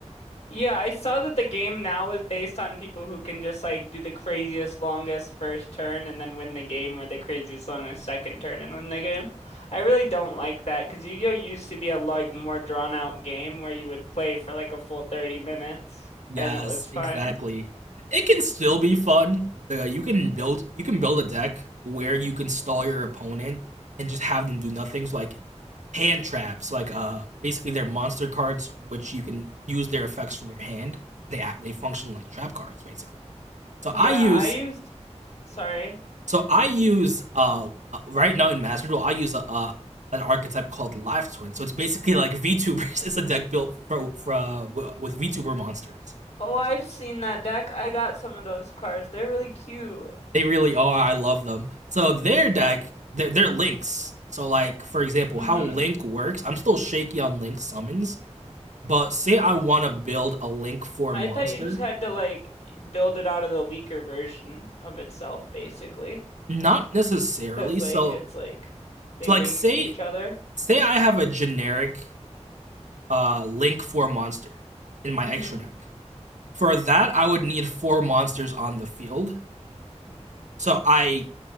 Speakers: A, on the left; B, on the right.
A: Yeah, I saw that the game now is based on people who can just like do the craziest longest first turn and then win the game, or the craziest longest second turn and win the game. I really don't like that because Yu-Gi-Oh used to be a like more drawn out game where you would play for like a full 30 minutes
B: Yes,
A: and it was fun.
B: exactly. It can still be fun. The- uh, You can build you can build a deck where you can stall your opponent and just have them do nothing. So like hand traps, like uh basically they're monster cards which you can use their effects from your hand. They act, they function like trap cards basically. So
A: Yeah,
B: I use
A: I used. Sorry.
B: So I use uh uh, right now in Master Duel, I use a, uh an archetype called Live Twin. So it's basically like <laughs> VTubers. It's a deck built for, for uh, with VTuber monsters.
A: Oh, I've seen that deck. I got some of those cards. They're really cute.
B: They really are. I love them. So their deck, they're, they're links. So like for example,
A: hmm
B: how Link works. I'm still shaky on Link summons, but say I want to build a Link Four
A: I
B: monster,
A: thought you just had to like build it out of the weaker version of itself, basically,
B: not necessarily.
A: because
B: So
A: like it's like they
B: so
A: link
B: like say
A: to each other.
B: say I have a generic uh Link Four monster in my
A: hmm
B: extra deck For that, I would need four monsters on the field. So I